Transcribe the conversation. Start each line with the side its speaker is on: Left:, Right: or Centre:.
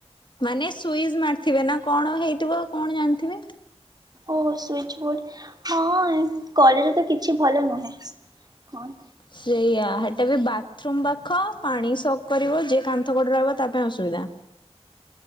Left: ମାନେ ସୁଇସ୍ ମାରିଥିବେ ନା କଣ ହେଇଥିବ କଣ ଜାଣିଥିବେ?
Right: ଓ ସୁଇଚ ବୋର୍ଡ ହଁ କଲେଜରେ ତ କିଛି ଭଲ ନୁହେଁ। କଣ?
Left: ସେଇଆ ସେଟା ବି ବାଥରୁମ ପାଖ ପାଣି ସକ୍ କରିବ ଯିଏ କାନ୍ଥ କଡରେ ରହିବ ତା ପାଇଁ ଅସୁବିଧା।